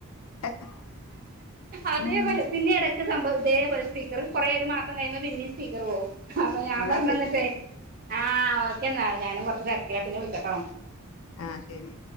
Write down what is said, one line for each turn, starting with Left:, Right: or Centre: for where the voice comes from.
Left: <unintelligible>
Right: അതേപോലെ
Left: ഉം
Right: പിന്നെട സംഭവം ഇതേപോലെ സ്പീക്കർ കുറേ ഒരു മാസം കഴിയുമ്പോ പിന്നിം സ്പീക്കർ പോവും അപ്പൊ ഞാൻ
Left: എന്നാ
Right: പറഞ്ഞുന്നിട്ടേ
Left: ശ
Right: ആഹ് ഓക്കെന്നാ ഞാനും കുറച്ച് തിരക്കില പിന്നെ വിളിക്കട്ടോ
Left: ആ ഹ് ശരി